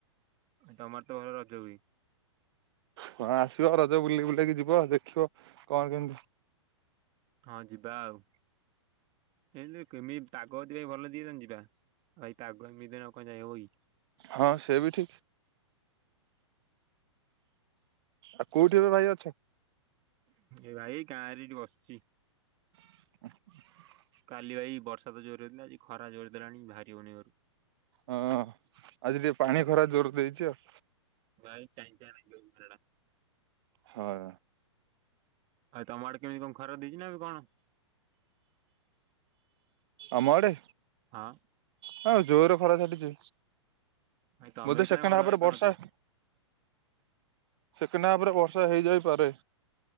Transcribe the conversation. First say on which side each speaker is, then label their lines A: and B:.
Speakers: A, on the right; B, on the right.
A: ଆ ତମର ତ ଭଲ ରଜ ହୁଏ।
B: କଣ ଆସିବ ରଜ ବୁଲେଇ ବୁଲେଇକି ଯିବ ଦେଖିବ କଣ କେମିତି
A: ହଁ ଯିବା ଆଉ। ଏଇ କେମିତି ପାଗ ଟିକେ ଭଲ ଦିଏ ସେମିତି ଯିବା। ଭାଇ ତା ଆଗ ଦି ଦିନ କୁଆଡେ ଯାଇ ହେବ କି।
B: ହଁ ସିଏ ବି ଠିକ୍। ଆଉ କୋଉଠି ଏବେ ଭାଇ ଅଛ?
A: ଏ ଭାଇ ଗାଁରେ ଏଠି ବସିଛି।
B: <inaudible>
A: କାଲି ଭାଇ ବର୍ଷା ତ ଜୋର ହେଇଥିଲା ଆଜି ଖରା ଜୋର ଦେଲାଣି ବାହାରି ହଉନି ଘରୁ।
B: ହଁ ଆଜି ଟିକେ ପାଣି ଖରା ଜୋର ଦେଇଛି ଆଉ।
A: ଭାଇ ଚାଇଁ ଚାଇଁ ଲାଗିଯାଉଚି ଖରା ଟା।
B: ହଉ।
A: ଆଉ ତମ ଆଡ଼େ କେମିତି କ ଖରା ଦେଇଛିି ନା କଣ?
B: ଆମ ଆଡେ?
A: ହଁ।
B: ହଁ ଜୋରେ ଖରା ଛାଟିଛି।
A: ଭାଇ ତମେ
B: ବୋଧେ
A: ବି ତାହେଲେ
B: ସେକେଣ୍ଡ
A: ଘରୁ
B: ହାପରେ
A: ବାହାରି ପାରୁନଥିବ?
B: ବର୍ଷା ସେକେଣ୍ଡ ହାପରେ ବର୍ଷା ହେଇଯାଇପାରେ।